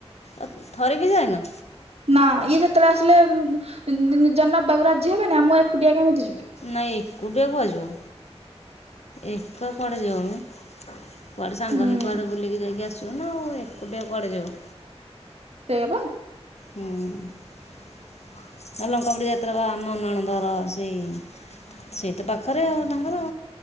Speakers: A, on the left; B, on the right.
A: ଅ, ଥରେ ବି ଯାଇନ?
B: ନା ଇଏ ଯେତେବେଳେ ଆସିଲେ ଉଁ, ନି-ନିଜେ ନବାକୁ ରାଜି ହେବନି। ଆ, ମୁଁ ଏକୁଟିଆ କେମିତି ଯିବି।
A: ନାଇଁ ଏକୁଟିଆ କୁଆ ଯିବ। ଏକା କୁଆଡ଼େ ଯାଉନୁ। କୁଆଡ଼େ ସାଙ୍ଗ
B: ହୁଁ
A: ହେଇ କୁଆଡ଼େ ବୁଲିକି ଯାଇକି ଆସ ସିବୁ ନା ଆଉ ଏକୁଟିଆ କୁଆଡେ ଯିବୁ।
B: ସେୟା ପା।
A: ହୁଁ ଆଉ ଲଙ୍କା ପୁଡି଼ ଯାତ୍ରା ବା ଆମ ନଣନ୍ଦଘର ସେଇ ସେଇ ତ ପାଖରେ ଆଉ ତାଙ୍କର।